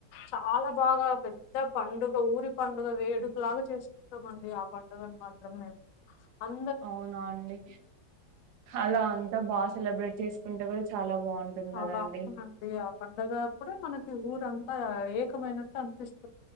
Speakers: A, on the left (about 75°); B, on the right (about 85°).
A: చాల బాగ పెద్ద పండుగ ఊరి పండుగ వేడుకలాగ చేసుకుంటామండి ఆ పండుగని మాత్రం మేము అం
B: అవునా అండి అలా అంత బాగ సెలబ్రేట్ చేసుకుంటే కూడ చాలా బాగుంటుంది
A: అలా
B: కదండి
A: అవునండి ఆ పండగప్పుడు మనకి ఊరంతా ఏకమైనట్టు అనిపిస్తు